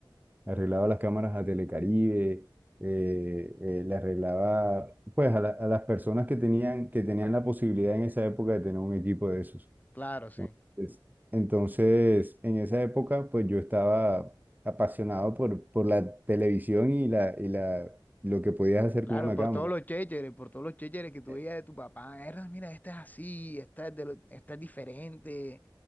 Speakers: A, on the right; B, on the left.
A: arreglaba las cámaras a Telecaribe, eh, eh, le arreglaba pues a, la- a las personas que tenían, que tenían la posibilidad en esa época de tener un equipo de esos.
B: Claro, sí.
A: Entonces, entonces, en esa época, pues yo estaba apasionado por, por la televisión y, la, y la, lo que podías hacer
B: Claro,
A: con una
B: por
A: cámara.
B: todos los chécheres, por todos los chécheres que tú
A: Eh,
B: veías de tu papá. "Erda, mira, esta es así, esta es, de lo- esta es diferente.